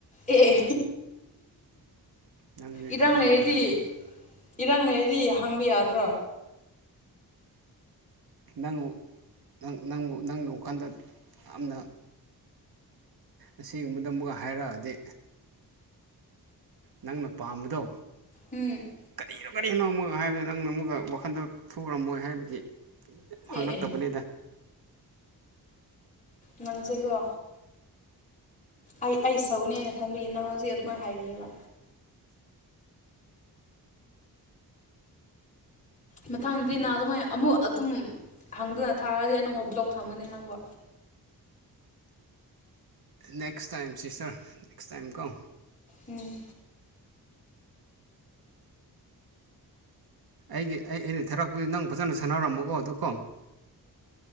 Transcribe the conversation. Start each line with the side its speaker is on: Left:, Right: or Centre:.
Left: ꯑꯦ ꯑꯦ
Right: ꯅꯪ ꯅꯪꯁꯦ
Left: ꯏꯔꯥꯡ
Right: ꯈꯔ
Left: ꯂꯩꯔꯗꯤ
Right: ꯅꯨꯡꯉꯥꯏꯅ ꯑꯗꯨꯝ
Left: ꯏꯔꯥꯡ ꯂꯩꯔꯩꯗꯤ ꯍꯥꯡꯕ ꯌꯥꯗ꯭ꯔꯣ?
Right: ꯅꯪꯪ ꯅꯪ <unintelligible> ꯌꯥꯝꯅ ꯑꯁꯤꯒꯨꯝꯕꯗ ꯑꯃꯨꯛꯒ ꯍꯥꯏꯔꯛꯑꯗꯤ ꯅꯪꯅ ꯄꯥꯝꯕꯗꯣ
Left: ꯎꯝ
Right: ꯀꯤꯔꯣ ꯀꯔꯤꯅꯣ ꯑꯃꯨꯛ ꯍꯥꯏꯕꯗꯨꯣ ꯅꯪꯅ ꯑꯃꯨꯛꯒ ꯋꯥꯈꯟꯗ ꯊꯣꯛꯔꯝꯃꯣꯏ ꯍꯥꯏꯕꯒꯤ ꯍꯥꯡꯉꯛꯇꯕꯅꯤꯗ
Left: ꯑꯦ ꯑꯦ ꯅꯪꯖꯩꯀꯣ ꯑꯩ ꯑꯩ ꯁꯧꯅꯦꯅ ꯈꯟꯕꯤꯌꯦ ꯅꯪ ꯍꯧꯖꯤꯛ ꯑꯗꯨꯃꯥꯏꯅ ꯍꯥꯏꯕꯅꯦꯕ ꯃꯊꯥꯡꯗꯗꯤ ꯅꯍ ꯑꯗꯨꯃꯥꯏꯅ ꯑꯃꯨꯛ ꯑꯗꯨꯝ ꯍꯪꯗꯅ ꯊꯥꯔꯛꯗꯤ ꯅꯪꯕ ꯕ꯭ꯂꯣꯛ ꯊꯝꯒꯅꯤ ꯅꯪꯕ
Right: ꯅꯦꯛꯁ ꯇꯥꯏꯝꯁꯤ ꯁꯔ ꯅꯦꯛꯁ ꯇꯥꯏꯝ ꯀꯣ
Left: ꯎꯝ
Right: ꯑꯩꯒꯤ ꯑꯩ ꯑꯩꯅ ꯊꯥꯔꯛꯄꯗ ꯅꯪ ꯐꯖꯅ ꯁꯥꯟꯅꯔꯃꯀꯣ ꯑꯗꯨ ꯀꯣ